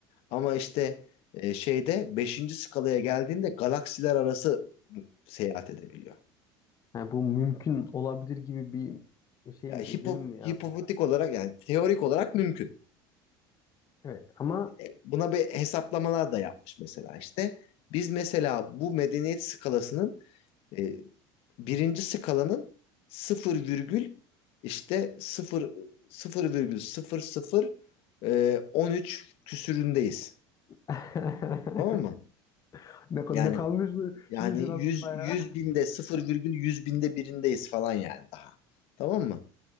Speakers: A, on the left; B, on the left.
A: Ama işte e, şeyde beşinci skalaya geldiğinde galaksiler arası seyahat edebiliyor.
B: Yani bu mümkün olabilir gibi bir şey
A: Ya
B: mi,
A: hipo,
B: izlenim mi yaratmıştır?
A: hipotetik olarak yani teorik olarak mümkün.
B: Evet ama
A: E, Buna bir hesaplamalar da yapmış mesela işte. Biz mesela bu medeniyet skalasının e, birinci skalanın 0 virgül işte 0 0 virgül 00 e, 13 küsüründeyiz.
B: <laughs>
A: Tamam mı?
B: ne,
A: Yani
B: ne kalmış
A: yani
B: şunun şurasında
A: 100
B: ya.
A: 100 binde 0 virgül 100 binde birindeyiz falan yani daha. Tamam mı?